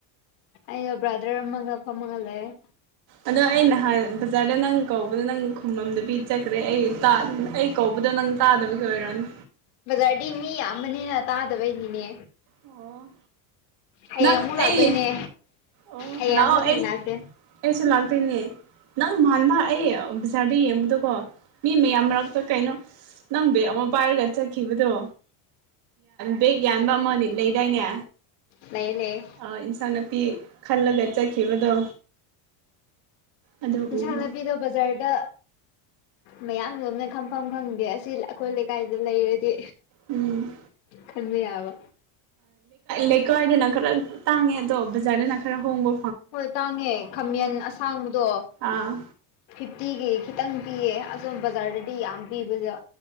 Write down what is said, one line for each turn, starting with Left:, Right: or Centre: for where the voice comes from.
Left: ꯑꯩꯒ ꯕ꯭ꯔꯥꯗꯔ ꯑꯃꯒ ꯐꯝꯃꯒ ꯂꯩ꯭ꯌ‌ꯦ
Right: ꯑꯗꯣ ꯑꯩ ꯅꯍꯥꯟ ꯕꯖꯥꯔꯗ ꯅꯪ ꯀꯧꯕꯗ ꯅꯪ ꯈꯨꯃꯝꯗ ꯄꯤ ꯆꯠꯈ꯭ꯔꯦ ꯑꯩ ꯑꯩ ꯀꯧꯕꯗꯣ ꯅꯪ ꯇꯥꯗꯕꯒꯤ ꯑꯣꯏꯔꯅꯤ
Left: ꯕꯖꯥꯔꯗꯤ ꯃꯤ ꯌꯥꯝꯕꯅꯤꯅ ꯇꯥꯗꯕꯩꯅꯤꯅꯦ
Right: ꯑꯣ
Left: ꯍꯌꯦꯡ
Right: ꯅꯪ
Left: ꯑꯃꯨꯛ ꯂꯥꯛꯇꯣꯏꯅꯦ
Right: ꯑꯩ ꯑꯣ
Left: ꯍꯌꯦꯡ
Right: ꯂꯑꯣ
Left: ꯑꯃꯨꯛ ꯊꯦꯡꯅꯁꯦ
Right: ꯑꯦ ꯑꯦꯁꯨ ꯂꯥꯛꯗꯣꯏꯅꯤ ꯅꯪ ꯃꯥꯟꯕ ꯑꯩ ꯕꯖꯥꯔꯗ ꯌꯦꯡꯕꯗꯀꯣ ꯃꯤ ꯃꯌꯥꯝ ꯃꯔꯛꯇ ꯀꯩꯅꯣ ꯅꯪ ꯕꯦꯦꯛ ꯑꯃ ꯄꯥꯏꯔꯒ ꯆꯠꯈꯤꯕꯗꯣ ꯕꯦꯦꯛ ꯌꯥꯟꯕ ꯑꯃꯅꯤ ꯂꯩꯗꯥꯏꯅꯦ
Left: ꯂꯩ ꯂꯩꯦ
Right: ꯑꯥ ꯏꯟꯁꯥꯡ ꯅꯥꯄꯤ ꯈꯜꯂꯒ ꯆꯠꯈꯤꯕꯗꯣ ꯑꯗꯨ
Left: ꯏꯟꯁꯥꯡ
Right: ꯎꯕ
Left: ꯅꯥꯄꯤꯗꯣ ꯕꯖꯥ꯭ꯔꯗ ꯃꯌꯥꯝ ꯂꯣꯝꯅ ꯈꯝꯐꯝ ꯈꯪꯗꯦ ꯑꯁꯤ ꯑꯩꯈꯣꯏ ꯂꯩꯀꯥꯏꯗ ꯂꯩꯔꯗꯤ
Right: ꯎꯝ
Left: ꯈꯟꯕꯤ ꯌꯥꯕ
Right: ꯂꯩꯀꯥꯏꯗꯅ ꯈꯔ ꯇꯥꯡꯉꯦ ꯑꯗꯣ ꯕꯖꯥꯔꯗꯅ ꯈꯔ ꯍꯣꯡꯉꯣ
Left: ꯍꯣꯏ ꯇꯥꯡꯉꯦ ꯈꯥꯃꯟ ꯑꯁꯥꯡꯕꯗꯣ
Right: ꯑꯥ
Left: ꯐꯤꯐꯇꯤꯒꯤ ꯈꯤꯇꯪ ꯄꯤꯌꯦ ꯑꯗꯣ ꯕꯖꯥꯔꯗꯗꯤ ꯌꯥꯝ ꯄꯤꯕꯗ